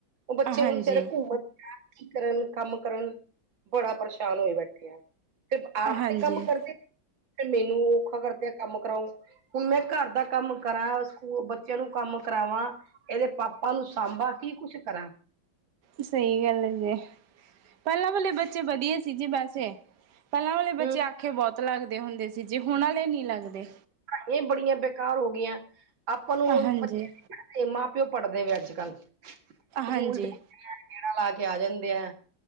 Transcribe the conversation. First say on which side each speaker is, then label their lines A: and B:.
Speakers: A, on the right; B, on the right.
A: ਉਹ ਬੱਚੇ
B: ਹਾਂਜੀ।
A: ਹੁਣ ਵਿਚਾਰੇ ਘੁੰਮਣ। ਕਿ ਕਰਨ ਕੰਮ ਕਰਨ ਬੜਾ ਪਰੇਸ਼ਾਨ ਹੋਏ ਬੈਠੇ ਆਂ। ਫੇਰ ਆਪ
B: ਹਾਂਜੀ
A: ਤੇ ਕੰਮ ਕਰਦੇ ਨਹੀਂ ਫੇਰ ਮੈਨੂੰ ਵੀ ਔਖਾ ਕਰਦੇ ਆਂ ਕੰਮ ਕਰਾਓ। ਹੁਣ ਮੈਂ ਘਰ ਦਾ ਕੰਮ ਕਰਾਂ ਸਕੂਲ ਬ ਬੱਚਿਆਂ ਨੂੰ ਕੰਮ ਕਰਾਵਾਂ, ਇਹਦੇ ਪਾਪਾ ਨੂੰ ਸਾਂਭਾ, ਕੀ ਕੁਛ ਕਰਾਂ।
B: ਸਹੀ ਗੱਲ ਹੈਗੀ ਏ ਪਹਿਲਾਂ ਵਾਲੇ ਬੱਚੇ ਵਧੀਆ ਸੀ ਜੀ ਵੈਸੇ। ਪਹਿਲਾਂ ਵਾਲੇ ਬੱਚੇ
A: ਹੂੰ
B: ਆਖੇ ਬਹੁਤ ਲੱਗਦੇ ਹੁੰਦੇ ਸੀ ਜੀ ਹੁਣ ਵਾਲੇ ਨਹੀਂ ਲੱਗਦੇ।
A: ਇਹ ਬੜੀਆਂ ਬੇਕਾਰ ਹੋ ਗਈਆਂ ਆਪਾਂ ਨੂੰ
B: ਹਾਂਜੀ
A: ਬੱਚੇ ਨੀ ਪੜ੍ਹਦੇ ਮਾਂ ਪਿਓ ਪੜ੍ਹਦੇ ਨੇ ਅੱਜ ਕੱਲ੍ਹ। ਸਕੂਲ
B: ਹਾਂਜੀ!
A: ਜਾਂਦੇ ਆ ਗੇੜਾ ਲਾ ਕੇ ਆ ਜਾਂਦੇ ਆ।